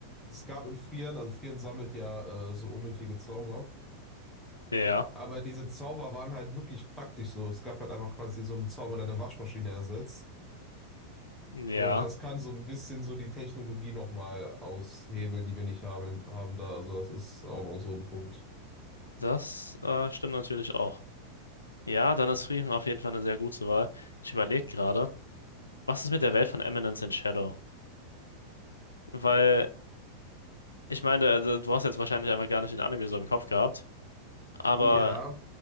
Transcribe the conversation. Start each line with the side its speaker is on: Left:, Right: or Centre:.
Centre: es gab in Frieren, also Frieren sammelt ja äh, so unnötige Zauber,
Left: Ja,
Centre: aber diese Zauber waren halt wirklich praktisch so. Es gab halt einfach quasi so einen Zauber, der eine Waschmaschine ersetzt.
Left: ja,
Centre: Und das kann so ein bisschen so die Technologie nochmal aushebeln, die wir nicht haben, haben da. Also das ist auch noch so ein Punkt.
Left: das äh, stimmt natürlich auch. Ja, dann ist Frieren auf jeden Fall eine sehr gute Wahl. Ich überlege gerade, was ist mit der Welt von Eminence in Shadow? Weil, ich meine, also, du hast jetzt wahrscheinlich einfach gar nicht den Anime so im Kopf gehabt. Aber
Centre: Ja,